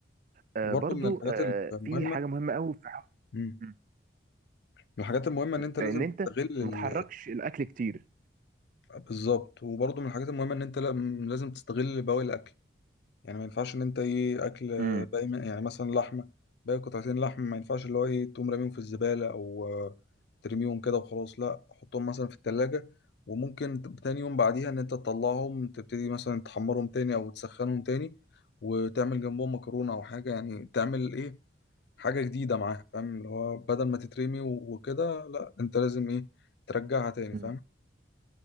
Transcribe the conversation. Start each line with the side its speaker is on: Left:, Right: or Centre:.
Right: آه
Left: وبرضه
Right: برضو
Left: من الحاجات
Right: آه
Left: المهمه
Right: في حاجه مهمه قوي في ح-
Left: مم.
Right: م-
Left: من الحاجات المهمه ان
Right: م-
Left: انت لازم
Right: ان انت
Left: تستغل
Right: ما
Left: ال...
Right: تحركش الاكل كتير
Left: بالظبط وبرضه من الحاجات المهمه ان انت لا- لازم تستغل بواقي الاكل يعني ما ينفعش ان انت ايه اكل
Right: امم
Left: باقي من- يعني مثلا لحمه باقي قطعتين لحم ما ينفعش اللي هو ايه تقوم راميهم في الزباله او آه، ترميهم كده وخلاص لا حطهم مثلا في التلاجة وممكن ت- تاني يوم بعديها ان انت تطلعهم تبتدي مثلا تحمرهم تاني او تسخنهم تاني وتعمل جنبهم مكرونه او حاجه يعني تعمل ايه حاجه جديده معاها فاهم اللي هو بدل ما تترمي و- وكده لا انت لازم ايه ترجعها تاني
Right: امم
Left: فاهم